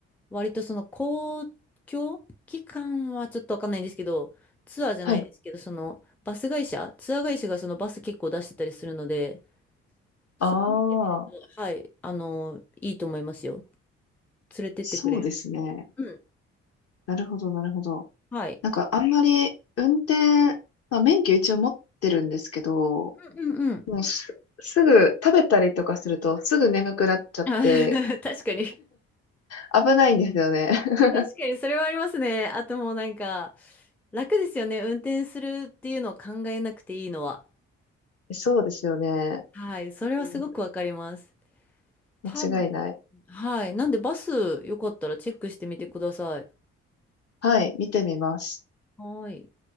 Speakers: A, in the centre; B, on the left.
A: 割とその公共機関はちょっとわかんないんですけど、ツアーじゃないですけど、
B: はい。
A: そのバス会社、ツアー会社がそのバス結構出してたりするので、それ見てみると、
B: ああ。
A: はい、あの、いいと思いますよ。連れてってくれる。
B: そうですね。
A: うん。
B: なるほど、なるほど。
A: はい。
B: なんかあんまり運転、まあ、免許一応持ってるんですけど、
A: うんうんうん。
B: もうす、すぐ食べたりとかするとすぐ眠くなっちゃって
A: <laughs> 確かに。
B: 危ないんですよね。<laughs>
A: 確かに、それはありますね。あともうなんか、楽ですよね。運転するっていうのを考えなくていいのは。
B: そうですよね。
A: はい。それはすごくわかります。
B: うん
A: 多分、
B: 間違いない。
A: はい。なんでバスよかったらチェックしてみてください。
B: はい、見てみます。
A: はい。